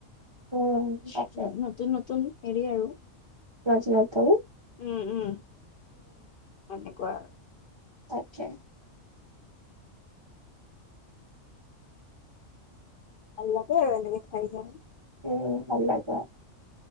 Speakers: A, on the right; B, on the left.
A: উম তাকে
B: উম, নতুন নতুন হেৰি আৰু
A: <unintelligible>
B: উম উম সেনেকুৱা আৰু।
A: আচ্ছা।
B: ভাল লাগে আৰু এনেকে খাই যা
A: উম, ভাল লাগে।